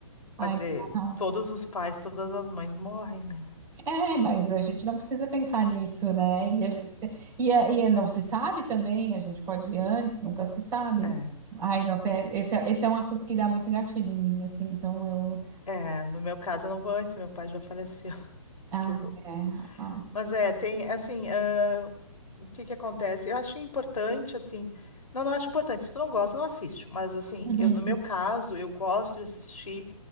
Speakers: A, on the right; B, on the left.
A: Ai,
B: vai dizer,
A: não, dá, não.
B: todos os pais, todas as mães morrem, né?
A: É, mas a gente não precisa pensar nisso, né? E a gente e, a- e não se sabe também, a gente pode ir antes, nunca se sabe.
B: É.
A: Então, Ai, não sei, esse, é- esse é um assunto que dá muito gatilho em mim, assim, então eu
B: É, no meu caso eu não vou antes, meu pai já faleceu. <laughs>
A: Ah,
B: Que horror.
A: é. Ah.
B: Mas é, tem, assim, ah, o que que acontece? Eu acho importante, assim, não, não acho importante, se tu não gosta, não assiste, mas, assim,
A: Uhum,
B: eu, no meu caso, eu gosto de assistir